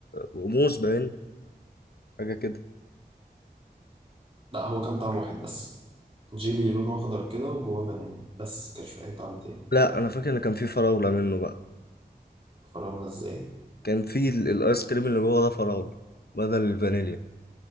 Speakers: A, on the left (about 70°); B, on the right (about 35°).
A: وموز باين حاجة كده
B: لا هو كان طعم واحد بس جيلي لونه اخضر كده وجواه فانيليا بس كانش فيه اي طعم تاني
A: لا انا فاكر ان كان في فراولة منه بقى
B: فراولة ازاي
A: كان في ال- الايس كريم اللي جوه ده فراولة بدل الفانيليا